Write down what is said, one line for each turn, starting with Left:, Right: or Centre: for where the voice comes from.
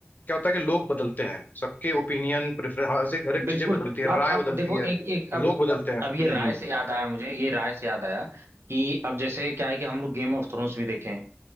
Left: क्या होता है कि लोग बदलते हैं सबके ओपिनियन प्रेफरेंस हर से हर एक
Right: बिल्कुल
Left: चीजें बदलती है
Right: अब
Left: राय
Right: अब
Left: बदलती
Right: देखो
Left: है
Right: एक एक अब
Left: लोग बदलते हैं
Right: अब ये
Left: हम्म
Right: राय
Left: हम्म
Right: से याद आया मुझे ये राय से याद आया कि अब जैसे क्या है कि हम लोग गेम ऑफ थ्रोन्स भी देखें